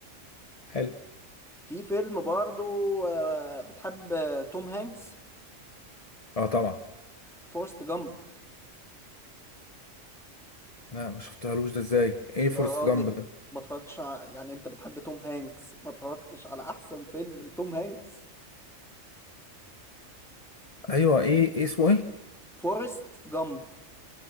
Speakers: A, on the left; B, in the centre.
A: حلو
B: في فيلم برضه آه، بتحب آه، توم هانكس
A: اه طبعا
B: فورست جامب
A: لا ما شفتهالوش ده ازاي ايه
B: يا
A: فورست
B: راجل
A: جامب ده
B: ما اتفرجتش ع... يعني انت بتحب توم هانكس ما اتفرجتش على احسن فيلم لتوم هانكس
A: ايوه ايه ايه اسمه ايه
B: فورست جامب